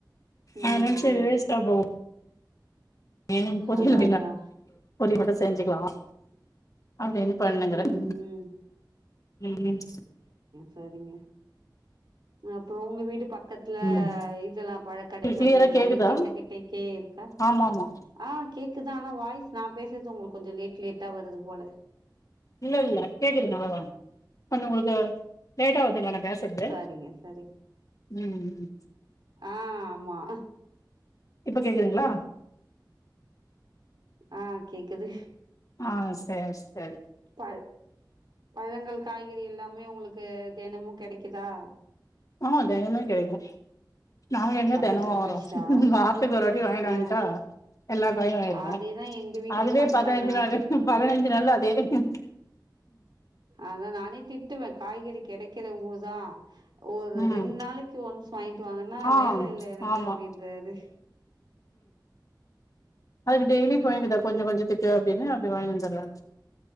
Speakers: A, on the right (about 75°); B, on the left (about 45°).
A: ம்
B: ஆஹ் நன்ச
A: ம்
B: வேஸ்டா போவோம் <unintelligible> பொரியல்
A: அதா அதா
B: மட்டும் செஞ்சுக்கலாம் அப்படின்னு பண்ணுங்கிறேன்
A: ம் ம்
B: உம்
A: செரிங்க அப்புறம் உங்க வீட்டு பக்கத்துல
B: ம்
A: இதெல்லாம் பழக்கடைகள்
B: கிளியரா
A: எல்லாமே
B: கேக்குதா
A: கிட்ட கிட்டக்கே இருக்கா
B: ஆமா ஆமா
A: ஆஹ் கே கேக்குதான் ஆனா வாய்ஸ் நான் பேசுறது உங்களுக்கு கொஞ்சம் லேட் லேட்டா வருது போல
B: இல்ல இல்ல கேக்குது நல்லதான் கொஞ்சம் உங்களுக்கு லேட்டா ஆகுதுங்களா நான் பேசுறது
A: சரிங்க சரி
B: உம்
A: ஆஹ் ஆமா
B: இப்ப கேக்குதுங்களா
A: ஆஹ் கேக்குது
B: ஆஹ் சரி சரி
A: பழ பழங்கள் காய்கறி எல்லாமே உங்களுக்கு தினமும் கிடைக்குதா
B: ஆஹ் தெனமும் கெடைக்கும் நாங்க எங்க
A: பக்கத்துல
B: தினமும் வாங்குறோம்
A: ஃப்ரெஷ்ஷா
B: வாரத்துக்கு ஒரு வாட்டி வாங்கின்னு
A: ஆ
B: வந்துட்டா எல்லா காயும் வாங்கிடுவோம்
A: அதேதா எங்க வீட்லயு
B: அதுவே
A: பண்றாங்க
B: பதினஞ்சு
A: நா
B: நாள் பதினஞ்சு நாள் அதே எதுக்கு
A: அதான் நானே திட்டுவேன் காய்கறி கிடைக்கிற ஊர் தான் ஒரு ரெண்டு
B: ம்
A: நாளைக்கு ஒன்ஸ் வாங்கிட்டு வாங்கன்னா
B: ஆ
A: வேலை இல்லை எனக்கு
B: ஆமா
A: அப்படின்றாரு
B: அதுக்குடெய்லி போயங்கதா கொஞ்ச கொஞ்சதிக்கு அப்டினு அப்டி வாங்கிந்தா அதாங்க